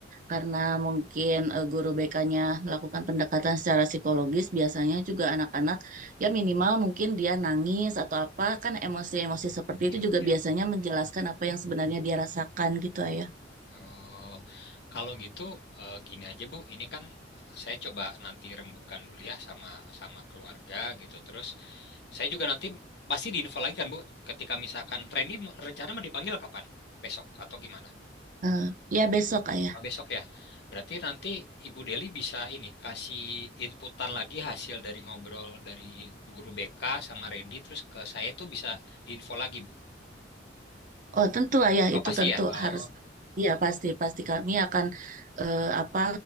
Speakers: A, on the right; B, on the left.
A: karena mungkin eh, guru BK-nya melakukan pendekatan secara psikologis, biasanya juga anak-anak ya minimal mungkin dia nangis atau apa kan emosi-emosi seperti
B: ya.
A: itu juga
B: ya.
A: biasanya menjelaskan apa yang sebenarnya dia rasakan gitu ayah.
B: Oh, kalau gitu eh, gini aja Bu, ini kan saya coba nanti rembukan dulu ya sama sama keluarga gitu. Terus saya juga nanti pasti diinfo lagi kan Bu, ketika misalkan Randy mau- rencana mau dipanggil kapan? Besok atau gimana?
A: Eh, ya besok ayah.
B: Oh, besok ya. Berarti nanti Ibu Deli bisa ini kasih inputan lagi hasil dari ngobrol dari Bu Guru BK sama Randy terus ke saya itu bisa diinfo lagi Bu.
A: Oh tentu lah ya
B: Oh
A: itu
B: pasti
A: tentu
B: ya. Oh.
A: harus iya pasti pasti kami akan eh, apa